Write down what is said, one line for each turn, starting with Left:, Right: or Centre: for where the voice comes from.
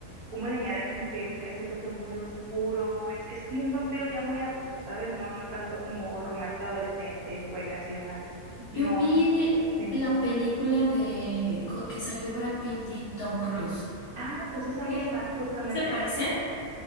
Right: cómo le añade como que ese toque muy oscuro. Es, es como un vampiro ya muy adulto, ¿sabes? No, no tanto como romance adolescente, escuelas y demás.
Left: Yo
Right: No,
Left: vi
Right: eso, sí.
Left: la película de co- que salió Brad Pitt y Tom Cruise.
Right: Ah, pues esa
Left: Ok,
Right: misma, justamente.
Left: ¿Sí se parecen?